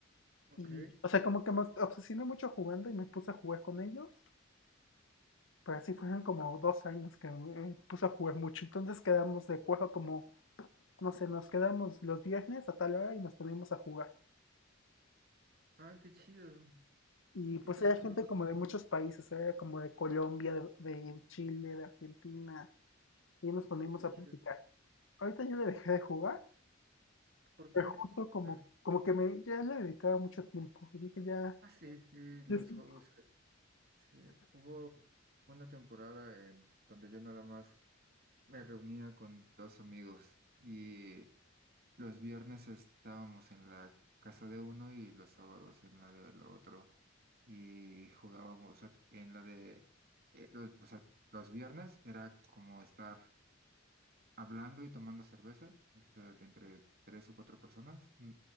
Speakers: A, on the right; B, on the left.
A: Ok.
B: y, o sea, como que me obsesioné mucho jugando y me puse a jugar con ellos, pero así fueron como dos años que me puse a jugar mucho. Entonces quedamos de acuerdo como, no sé, nos quedamos los viernes a tal hora y nos poníamos a jugar.
A: Ah, qué chido.
B: Y pues
A: Qué chido,
B: era gente como
A: sí,
B: de muchos países, era como de Colombia, de, de Chile, de Argentina, y nos poníamos
A: qué
B: a
A: chido.
B: platicar. Ahorita yo le dejé de jugar,
A: ¿Por
B: pero
A: qué?
B: justo como,
A: Ah,
B: como que me, ya le dedicaba mucho tiempo. Y dije, ya,
A: ah, sí, sí, los
B: ya es tiempo.
A: juegos. eh, sí. Hubo una temporada en donde yo nada más me reunía con dos amigos y los viernes estábamos en la casa de uno y los sábados en la del otro. Y jugábamos, o sea, en la de, eh, los, o sea, los viernes era como estar hablando y tomando cerveza, o sea, de entre tres o cuatro personas, mm,